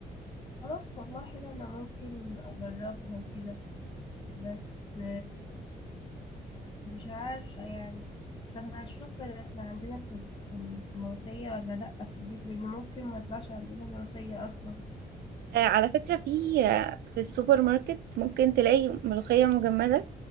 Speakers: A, on the left (about 30°); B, on the right (about 85°).
A: خلاص والله حلو أنا ممكن أجربها وكده بس مش عارفة يعني طب هشوف احنا عندنا في ال- في الملوخية ولا لأ في البيت لأن ممكن ما يطلعش عندنا ملوخية أصلا
B: آه، على فكرة في آه، في السوبر ماركت ممكن تلاقي ملوخية مجمدة